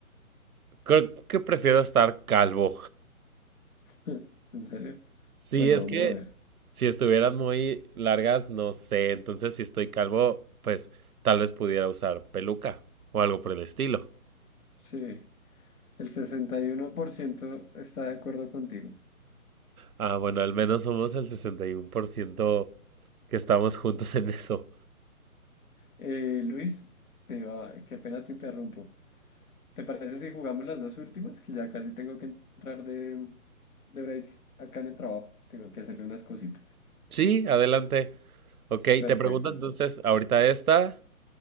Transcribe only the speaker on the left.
<laughs> ¿En serio?
Bueno,
vamos
a ver.
Sí, el 61% está de acuerdo contigo.
Eh, Luis, te iba, qué pena te interrumpo. ¿Te parece si jugamos las dos últimas? Que ya casi tengo que entrar de, de break acá en el trabajo. Tengo que hacer unas cositas.
Perfecto,